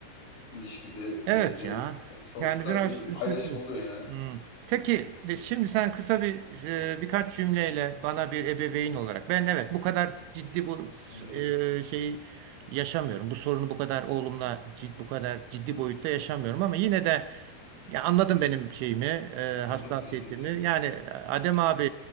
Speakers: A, on the left; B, on the right.
A: ilişkide,
B: Evet
A: evde.
B: ya.
A: Yani sonuçta
B: Yani biraz
A: bir
B: üzücü.
A: paylaşım oluyor yani.
B: Hmm. Peki e, şimdi sen kısa bir e, birkaç cümleyle bana bir ebeveyn olarak ben evet bu kadar ciddi bu
A: Hı hı,
B: e, şeyi yaşamıyorum. Bu sorunu bu kadar oğlumla cid, bu kadar ciddi boyutta yaşamıyorum ama yine de ya anladın benim şeyimi, e,
A: hı
B: hassasiyetimi.
A: hı, hı hı,
B: Yani
A: hı
B: e,
A: hı.
B: Adem abi